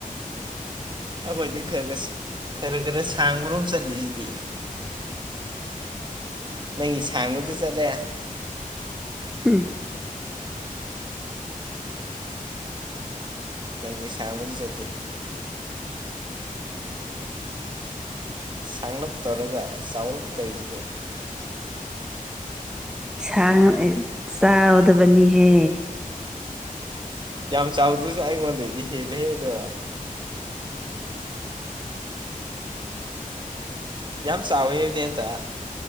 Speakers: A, on the right; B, in the centre.
A: ꯑꯩꯈꯣꯏꯗꯤ ꯈꯔ ꯈꯔ ꯈꯔ ꯈꯔ ꯁꯥꯡꯕꯔꯣꯝ ꯆꯠꯂꯤꯁꯤꯗꯤ ꯅꯪꯒꯤ ꯁꯥꯡꯕꯗ ꯆꯠꯂꯦ
B: ꯎꯝ
A: ꯅꯪꯒꯤ ꯁꯃꯗꯤ ꯆꯇꯦ ꯁꯥꯡꯂꯞ ꯇꯧꯔꯒ ꯆꯥꯎꯔꯞ ꯇꯧꯔꯤꯁꯤꯅꯦ
B: ꯁꯥꯡ ꯆ ꯆꯥꯎꯗꯕꯅꯤ ꯍ
A: ꯌꯥꯝ ꯆꯥꯎꯗ꯭ꯔꯁꯨ ꯑꯩꯉꯣꯟꯗꯩꯗꯤ ꯍꯦꯜꯂꯦꯗ ꯌꯥꯝ ꯆꯥꯎꯋꯦ ꯍꯥꯏꯔꯗꯤ ꯑꯟꯇ